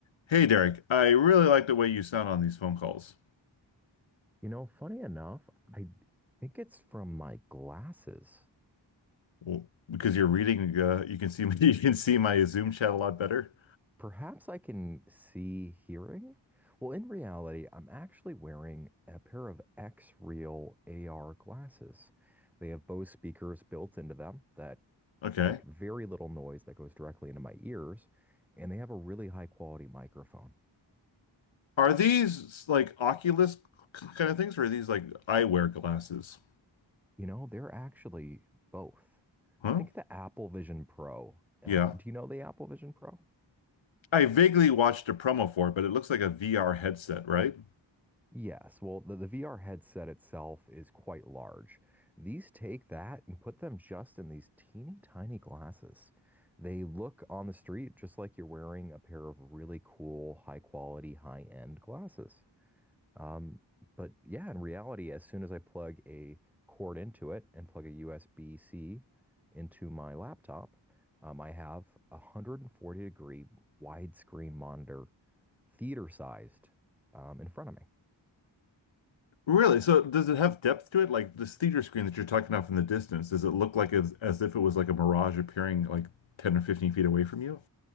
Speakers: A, on the left (about 80°); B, in the centre.
A: Hey Derek, I really like the way you sound on these phone calls.
B: You know, funny enough, I think it's from my glasses.
A: Well, because you're reading, uh, you can see me, <laughs> you can see my Zoom chat a lot better.
B: Perhaps I can see hearing. Well, in reality, I'm actually wearing a pair of X-Real AR glasses. They have Bose speakers built into them that
A: Okay.
B: make very little noise that goes directly into my ears, and they have a really high quality microphone.
A: Are these like Oculus kind of things, or are these like eyewear glasses?
B: You know, they're actually both.
A: Huh?
B: Think the Apple Vision Pro. Um,
A: Yeah.
B: do you know the Apple Vision Pro?
A: I vaguely watched a promo for it, but it looks like a VR headset, right?
B: Yes, well, the, the VR headset itself is quite large. These take that and put them just in these teeny tiny glasses. They look on the street just like you're wearing a pair of really cool, high quality, high end glasses. Um, but yeah, in reality, as soon as I plug a cord into it and plug a USB-C into my laptop, um, I have a 140 degree widescreen monitor, theater sized, um, in front of me.
A: Really? So does it have depth to it? Like this theater screen that you're talking about from the distance, does it look like as, as if it was like a mirage appearing like 10 or 15 feet away from you?